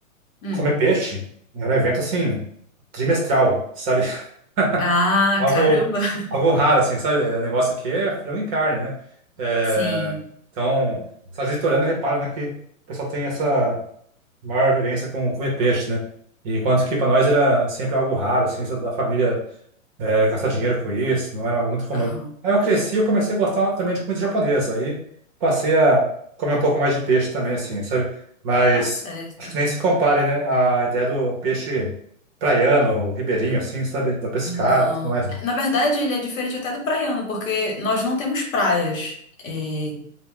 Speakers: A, on the left; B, on the right.
A: hum.
B: comer peixe era um evento assim, trimestral, sabe?
A: Ah,
B: <laughs> Algo,
A: caramba! <laughs>
B: algo raro, assim, sabe? É, O negócio aqui é frango e carne, né? É,
A: Sim.
B: então, só a gente olhando repara, né, que o pessoal tem essa maior vivência com comer peixe, né? E enquanto que para nós era sempre algo raro, assim, só da família é, gastar dinheiro com isso, não era algo muito comum.
A: Aham.
B: Aí eu cresci eu comecei a gostar também de comida japonesa, aí passei a comer um pouco mais de peixe também, assim, sabe? Mas
A: Tá certo.
B: acho que nem se compare, né? A ideia do peixe praiano, ribeirinho, assim, sabe? Da pescada
A: Não.
B: e tudo mais.
A: Na verdade, ele é diferente até do praiano, porque nós não temos praias. É,